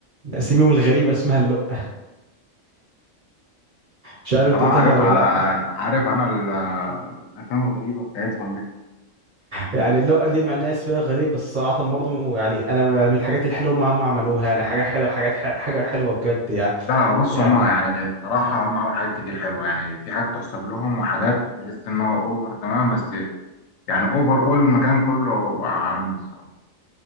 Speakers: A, on the right; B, on the left.
A: اسميهم الغريبه اسمها اللقه مش عارف
B: اه
A: دقتها
B: عارف
A: ولا
B: على
A: لا
B: عارف انا ال- آه، الافلام الغريبه بتاعتهم دي
A: يعني اللقطة دي مع الناس بقى غريب بس صراحة برضه يعني أنا من الحاجات الحلوة ما هم عملوها يعني حاجة حلوة حاجات ح- حاجة حلوة بجد يعني
B: لا لا بص
A: يعني
B: هما يعني الصراحة هم عملوا حاجات كتير حلوة يعني في حاجات تحسب لهم وحاجات تحس إنها أوفر تمام بس يعني أوفر أول المكان كله عالمي الصراحة